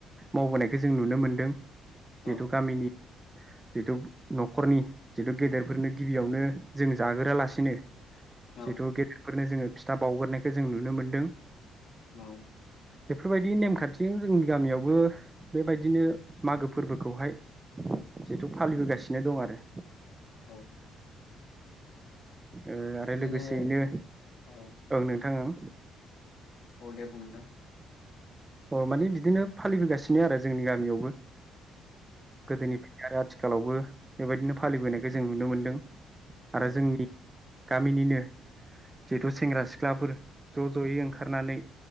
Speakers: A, on the right; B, on the left.
A: मावबोनायखौ जों नुनो मोन्दों।
B: औ
A: जिहेथु गामिनि जिथु नख'रनि जितु गेदेरफोरनो गिबियावनो जों जागोरालासिनो
B: औ
A: जिथु गेदेर फोरनो जोङो फिथा बावगोरनायखो जों नुनो मोन्दों।
B: औ
A: बेफोरबायदि नेमखान्थिजों जोंनि गामियावबो बेबायदिनो मागो फोरबोखौहाय जिहेथु फालिबोगासिनो दं आरो।
B: औ
A: ओ आरो
B: बिदिनो
A: लोगोसेयैनो
B: औ
A: ओं नोंथां ओं
B: अदे बुंं नोंथां
A: अह माने बिदिनो फालिबोगासिनो आरो जोंनि गामियावबो। गोदोनिफ्राय आरो आथिखा लावबो बेबायदिनो फालिबोनायखौ जों नुनो मोन्दों।
B: औ
A: आरो जोंनि गामिनिनो जिहेथु सेंग्रा सिख्लाफोर ज'-ज'यै ओंखारनानै